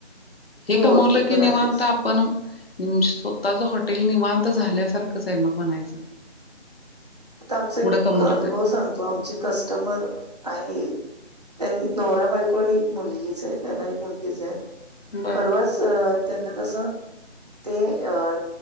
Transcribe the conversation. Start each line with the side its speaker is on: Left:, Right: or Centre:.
Left: हे
Right: हो
Left: कमवलं
Right: ते
Left: की
Right: तर
Left: निवांत
Right: आहेच.
Left: आपण स्वतःच हॉटेल निवां तर झाल्यासारखंच आहे मग बनायचं.
Right: आता आमचा एक
Left: कमवलं
Right: अनुभव
Left: तर
Right: सांगतो आमची कस्टमर आहे. त्यां नवरा बायकोण एक मुलगीच आहे त्यांना एक मुलगीच आहे
Left: बर
Right: परवाच अ त्यांना कसं? ते अ